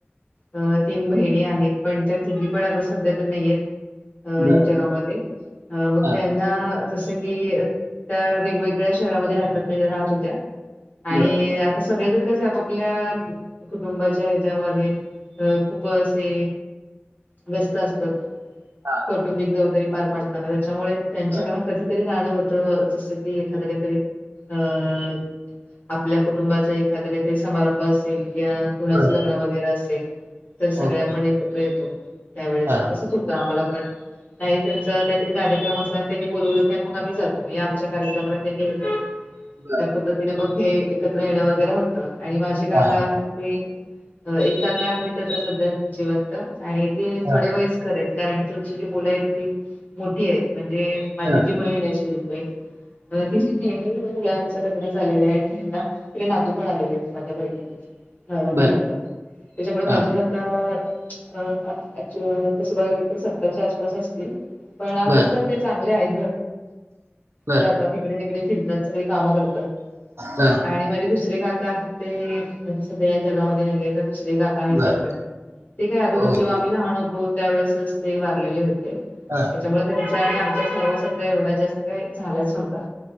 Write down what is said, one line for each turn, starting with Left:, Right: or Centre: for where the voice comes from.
Left: अ तीन बहिणी आहेत पण त्या तिघी पण आता सध्या तर नाहीयेत अ ह्या
Right: बर
Left: जगामध्ये अ मग
Right: हा
Left: त्यांना जसं की त्या वेगवेग ळ्या शहरामध्ये रा राहत होत्या आणि
Right: बर
Left: आ सगळेजण कसे आपपल्या कुटुंबाच्या ह्याच्यामध्ये अ खूप असे व्यस्त असतात.
Right: हा
Left: कौटुंबिक जबाबदारी पार पाडताना त्याच्यामुळे त्यांच्याकड
Right: बर
Left: कधीतरी जाणं होत जसं की एखाद काहीतरी अ आपल्या कुटुंबाचा एखादतरी समारंभ असेल या कुणाचं
Right: बर
Left: लग्न वगैरे असे ल तर सगळ्या
Right: ओके
Left: आपण एकत्र येतो. त्यावेळेस
Right: हा हा
Left: तसच होतं आम्हाला पण काही त्यांचा काहीतरी कार्यक्रम असला आणि त्यांनी बोलवलं की मग आम्ही जातो आमच्या कार्यक्रमाला त्यांनी येतो
Right: बर
Left: त्या पद्धतीने मग हे एकत्र येण वगैरे होत आणि माझे काका
Right: हा हा
Left: आहेत ते एकाका आहे आता सध्या जिवंत आणि ते
Right: हा
Left: थोडे वयस्कर येत. कारण त्यांची जी मुलं आहेत ती मोठी आहेत म्हणजे माझी
Right: हा हा
Left: जी बहीण आहे चुलत बहीण अ तिशीथेनी मुलां लग्न झाले आहे आणि ना तिला नातू पण आलेले आहे माझ्या बहिणीणी. ह
Right: बर
Left: बहिणीला त्याच्यामुळे माझे
Right: हा
Left: नका अक तसं बघाला क तर सत्तरच्या आसपास असतील. पण अजून
Right: बर
Left: पण ते चांगले
Right: बर
Left: जातात इकडे तिकडे फिरतात सगळीकडे कामे करतात
Right: हा
Left: आणि माझे दुसरे का का आहे ते सध्या या जगामध्ये नाहीे <unintelligible> काका
Right: बर
Left: ते पण ते काय अर
Right: ओके
Left: जेव्हा आम्ही लहान होतो त्यावेेळेस ते वारलेले होते.
Right: हा
Left: त्याच्यामुळे त्यांचा आणि आमचा सहवास आता एवढा जास्त काही झालाच नव्हता